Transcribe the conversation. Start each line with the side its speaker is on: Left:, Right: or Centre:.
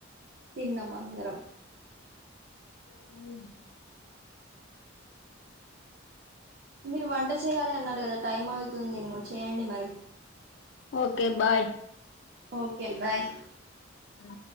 Right: తిన్నం అందరం
Left: హుమ్
Right: మీరు వంట చేయాలి అన్నారు కదా టైం అవుతుందేమో చేయండి మరి
Left: ఓకే బాయ్
Right: ఓకే బాయ్
Left: ఆ